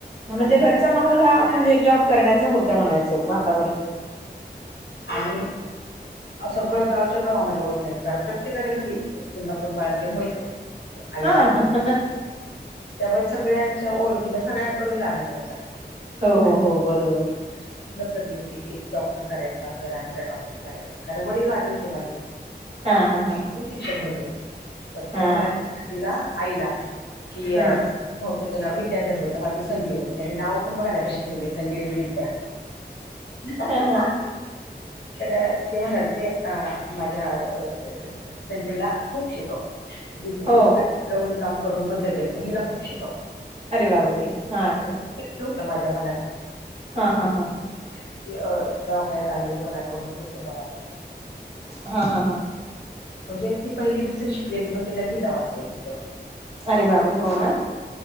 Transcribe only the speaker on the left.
आणि
आजीला
आजीच्या
आणि सगळं गावच गाव आम्हाला ओळखायचं कारण प्र प्रत्येकाच्या घरी कोण ना कोण बाळणतीन व्हायच आई,
आजी
त्यामुळे सगळ्यांच्या ओळखीच्या सगळ्यांकडून लाड मिळायचा
आणि
स्वप्न धरली होती की डॉक्टर करायचं आमच्या राणीला डॉक्टर करायच कारण वडील वारले होते माझे.
ते पण शिक्षक होते तर
ते म्हणाले तिला आईला कि अ
हो त्याचं नाव विद्याधर होतं माझं संजीवनी त्यांनी नाव पण बघा ना कशी संजीवनी विद्या, अहहाहा.
तर ते म्हणाल ते अ माझ्या अ संजूला खूप शिकव विध
का गवंडी काम करून पण जगेल पण हिला खूप शिकव.
तलं होत माझ्या मनात
आणि
ते
अ दवाखान्यात आलेले कोणाकडून पुस्तक वाटत.
म्हणजे ती पहिली, दुसरी शिकलेली पण तिला लिहिता वाचता येतं होत.